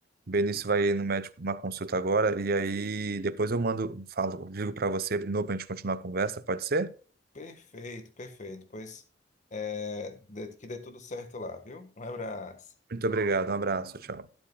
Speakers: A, on the right; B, on the left.
A: O Benício vai no médico numa consulta agora. E aí depois eu mando, falo, ligo para você de novo para a gente continuar a conversa, pode ser?
B: Perfeito, perfeito. Pois é, dê- que dê tudo certo lá, viu? Um abraço.
A: Muito obrigado, um abraço, tchau.